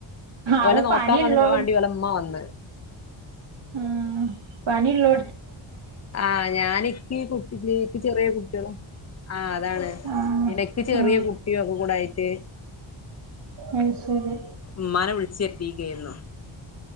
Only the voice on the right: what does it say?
അത്
പനിയുള്ളോ
ആ പനിുള്ളോ
ആ
ആ
അത് ശരി